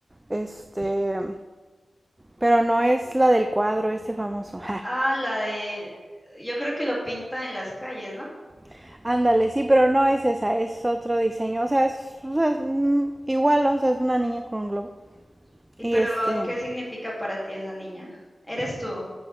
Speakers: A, on the right; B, in the centre.
A: este, pero no es la del cuadro, este famoso.
B: Ah, la de, yo creo que lo pinta en las calles, ¿no?
A: <laughs> Ándale, sí, pero no es esa, es otro diseño. O sea, es, o sea, es, mm, igual, ¿no? o sea, es una niña con un globo.
B: Y
A: Y
B: pero,
A: este,
B: ¿qué significa para ti esa niña? ¿Eres tú?